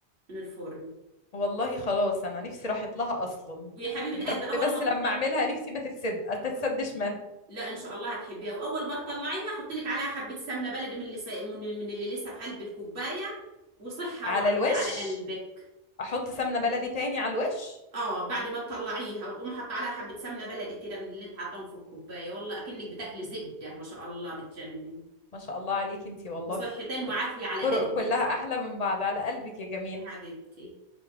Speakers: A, on the right; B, on the left.
A: من الفرن
B: والله خلاص انا نفسي راحت لها اصلا
A: ويا حبيبه
B: يا
A: قلبي
B: رب
A: اول
B: بس
A: ما بتطلع
B: لما اعملها نفسي ما تتسد ما تتسدش من
A: لا ان شاء الله هتحبيها واول ما تطلعيها حطي لك عليها حبه سمنه بلدي من اللي سا... من من اللي لسه في قلب الكوبايه وصحه
B: على
A: وعافيه
B: الوش
A: على قلبك
B: احط سمنة بلدي تاني على الوش
A: اه بعد ما تطلعيها وتقومي حاطه عليها حبه سمنه بلدي كده من اللي انت حاطاهم في الكوبايه والله اكنك بتاكلي زبده ما شاء الله بتجنن
B: ما شاء الله عليكي انتي والله
A: وصحتين وعافيه على
B: طرق
A: قلبك
B: كلها احلى من بعض على قلبك يا جميل
A: يا حبيبتي